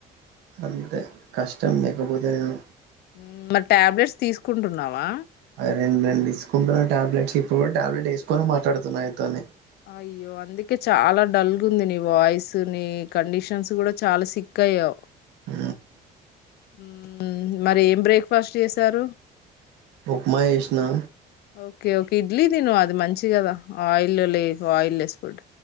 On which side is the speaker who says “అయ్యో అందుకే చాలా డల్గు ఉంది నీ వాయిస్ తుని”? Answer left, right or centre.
Left